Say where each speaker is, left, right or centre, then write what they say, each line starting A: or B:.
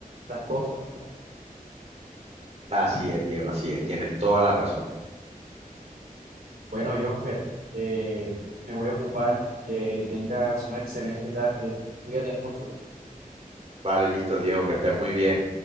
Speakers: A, on the right; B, on the right.
A: las cosas.
B: Así es, Diego, así es, tienes toda la razón.
A: Bueno, Jonfer, eh, me voy a ocupar, que tengas una excelente tarde, cuídate mucho.
B: Vale, listo, Diego, que estés muy bien.